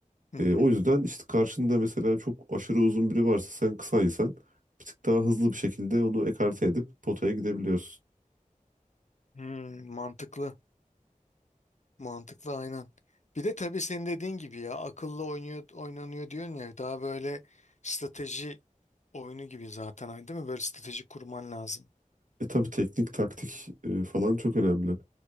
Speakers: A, on the left; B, on the right.
A: Hı
B: E,
A: hı.
B: o yüzden işte karşında mesela çok aşırı uzun biri varsa sen kısaysan bir tık daha hızlı bir şekilde onu ekarte edip potaya gidebiliyorsun.
A: Hmm, mantıklı. Mantıklı aynen. Bir de tabii senin dediğin gibi ya akıllı oynuyor oynanıyor diyorsun ya daha böyle strateji oyunu gibi zaten hani değil mi? Böyle strateji kurman lazım.
B: E tabii teknik, taktik e, falan çok önemli.